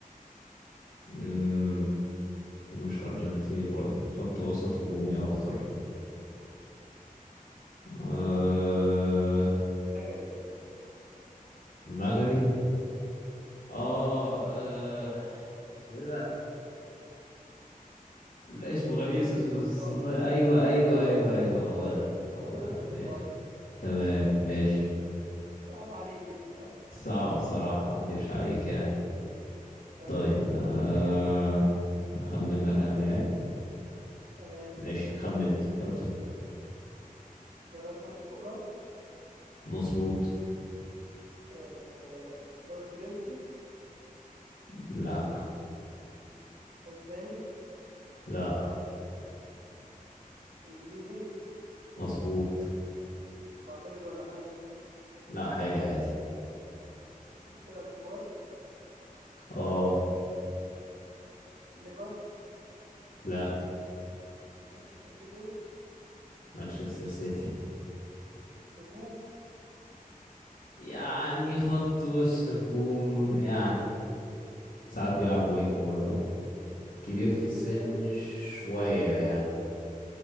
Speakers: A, on the left (about 80°); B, on the right (about 80°).
A: امم ومش ارجنتيني برضه خط وسط هجومي اكتر أه...
B: مجري
A: مجري اه
B: اه
A: آه، اسمه ايه ده لا اسمه غريب
B: دومينيك
A: بس بس-
B: سوبوسلاي
A: بس- لا، ايوه ايوه ايوه ايوه هو ده هو
B: دومينيك
A: ده
B: سوبوسلاي
A: ماشي تمام ماشي
B: صعب عليك دي
A: صعب الصراحة ما اكدبش عليك يعني
B: <laughs> تمام
A: طيب أه...
B: خمن
A: اخمن لك انا لعب
B: تمام
A: ماشي خمنت يلا
B: دوريات خمسة كبرى
A: مظبوط
B: آه، دوري فرنسي
A: لا
B: اسباني
A: لا
B: انجليزي
A: مظبوط
B: معتزل ولا حالي
A: لا حالي عادي
B: في الست فرق الكبار
A: اه
B: ليفر
A: لا
B: مانشستر سيتي
A: مانشستر سيتي
B: هجوم
A: يعني خط وسط هجوم يعني ساعات بيلعب
B: كبير في
A: وينج
B: السن
A: برضه كبير
B: كبير في
A: في
B: السن
A: السن
B: طيب
A: شوية يعني